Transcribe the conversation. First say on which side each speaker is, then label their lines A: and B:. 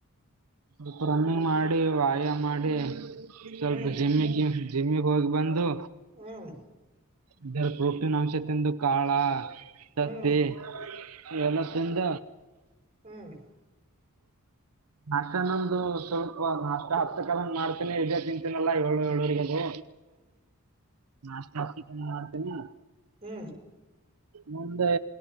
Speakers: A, on the right (about 85°); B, on the right (about 25°).
A: ಸ್ವಲ್ಪ ರನ್ನಿಂಗ್ ಮಾಡಿ ವ್ಯಾಯಾಮ ಮಾಡಿ ಸ್ವಲ್ಪ
B: ಹ್ಮ್
A: ಜಿಮ್ಮಿಗೆ ಜಿಮ್ಮಿಗೆ ಹೋಗಿ ಬಂದು.
B: ಹ್ಮ್
A: ಇದರ ಪ್ರೋಟೀನ್ ಅಂಶ ತಿಂದು ಕಾಳ ತತ್ತಿ.
B: ಹ್ಮ್
A: ಎಲ್ಲ ತಿಂದ.
B: ಹ್ಮ್
A: ನಾಷ್ಟ ನಮ್ದಂದು ಸ್ವಲ್ಪ ನಾಷ್ಟ ಹತ್ತಕ್ಕ ಹಂಗ ಮಾಡ್ತೀನಿ ಇದೇ ತಿಂತೀನಲ್ಲಾ ಏಳು ಏಳವರಿಗದು. ನಾಷ್ಟ <unintelligible>
B: ಹ್ಮ
A: ಮುಂದೆ